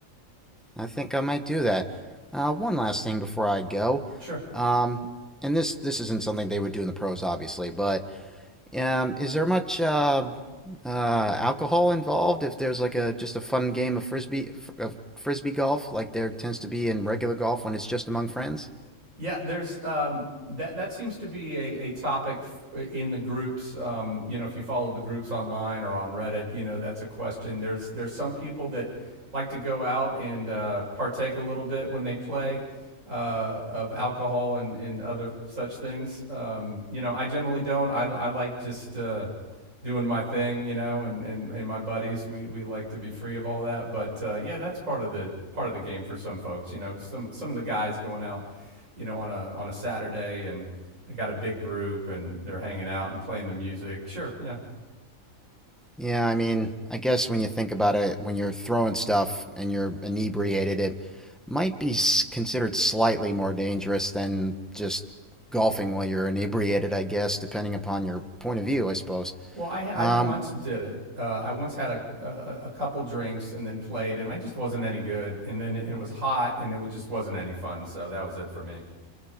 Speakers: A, in the centre; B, on the right.
A: I think I might do that. Uh, one last thing before I go,
B: Sure.
A: um, and this this isn't something they would do in the pros, obviously, but Um, is there much uh, uh, alcohol involved if there's like a just a fun game of frisbee fr- of frisbee golf like there tends to be in regular golf when it's just among friends?
B: Yeah, there's um, that. That seems to be a, a topic f- in the groups. Um, you know, if you follow the groups online or on Reddit, you know that's a question. There's there's some people that like to go out and uh, partake a little bit when they play uh, of alcohol and, and other such things. Um, you know, I generally don't. I I like just uh, doing my thing. You know, and, and and my buddies, we we like to be free of all that. But uh, yeah, that's part of the part of the game for some folks. You know, some some of the guys going out you know, on a on a Saturday and they got a big group and they're hanging out and playing the music. Sure, yeah.
A: Yeah, I mean, I guess when you think about it, when you're throwing stuff and you're inebriated, it might be s- considered slightly more dangerous than just golfing while you're inebriated, I guess, depending upon your point of view, I suppose.
B: Well, I I
A: Um,
B: once did it. Uh, I once had a uh, a couple drinks and then played, and I just wasn't any good. And then it it was hot, and it was, just wasn't any fun. So that was it for me.